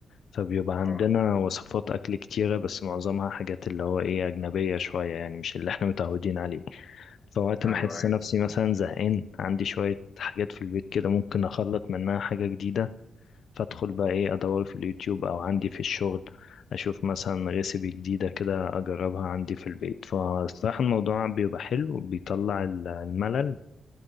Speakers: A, on the left (about 70°); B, on the left (about 45°).
A: فبيبقى عندنا
B: اه
A: وصفات اكل كتيرة بس معظمها حاجات اللي هو ايه اجنبية شوية يعني مش اللي احنا متعودين عليه فوقت
B: ايوه
A: ما احس
B: ايوه
A: نفسي مثلا زهقان عندي شوية حاجات في البيت كده ممكن اخلط منها حاجة جديدة فادخل بقى ايه ادور في اليوتيوب او عندي في الشغل اشوف مثلا ريسيبي جديدة كده اجربها عندي في البيت فصراحة الموضوع بيبقى حلو بيطلع الملل